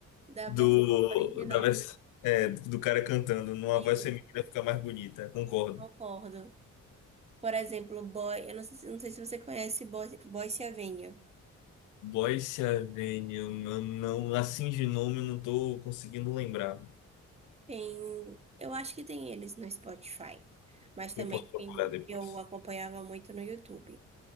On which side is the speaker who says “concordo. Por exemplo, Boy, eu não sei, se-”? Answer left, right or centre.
Right